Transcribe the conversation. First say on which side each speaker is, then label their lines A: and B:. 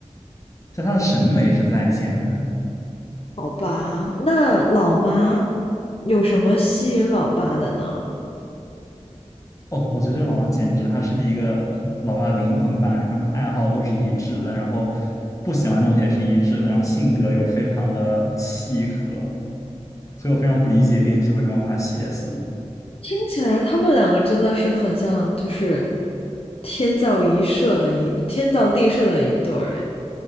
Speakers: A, on the left (about 25°); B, on the left (about 50°).
A: 就他的审美是在线的。
B: 好吧，那老妈有什么吸引老爸的呢？
A: 哦，我觉得这个老妈简直她是一个嗯老爸的灵魂伴侣，他们爱好都是一致的，然后不喜欢的东西也是一致的，然后性格又非常的契合，所以我非常不理解编剧为什么要把它写死。
B: 听起来他们两个真的是很像，就是天造一设的一天造地设的一对儿。哎